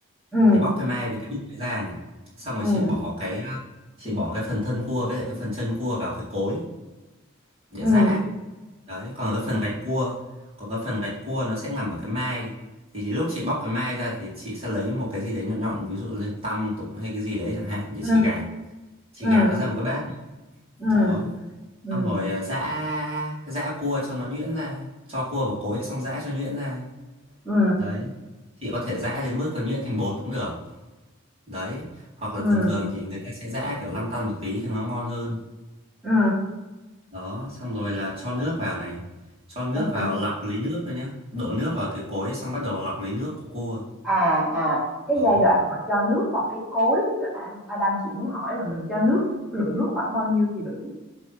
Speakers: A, in the centre; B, on the right.
A: ừ
B: thì bóc cái mai với cái bụng ấy ra này xong rồi
A: ừ
B: chị bỏ cái uh, chị bỏ cái phần thân cua với lại cái phần chân cua vào cái cối để
A: ừ
B: giã đấy còn cái phần gạch cua còn cái phần gạch cua nó sẽ nằm ở cái mai thì lúc chị bóc cái mai ra thì chị sẽ lấy một cái gì đấy nhọn nhọn ví dụ là tăm tụng hay cái gì đấy chẳng hạn để
A: ừ
B: chị gạt chị
A: ừ
B: gạt nó ra một cái bát
A: ừ
B: đó
A: ừ
B: xong
A: ừ
B: rồi à, giã giã cua cho nó nhuyễn ra cho cua vào cối xong giã cho nhuyễn ra
A: ừ
B: đấy chị có thể giã đến mức còn nhuyễn thành bột cũng được đấy hoặc là
A: ừ
B: thường thường thì người ta sẽ giã kiểu lăn tăn một tí thì nó ngon hơn
A: ừ
B: đó xong rồi là cho nước vào này cho nước
A: ok
B: vào lọc lấy nước rồi nhá đổ nước vào cái cối xong bắt đầu lọc lấy nước của cua
A: à à cái
B: đó
A: giai đoạn mà cho nước vào cái cối à, à đang chị muốn hỏi là mình cho nước lượng nước khoảng bao nhiêu thì đủ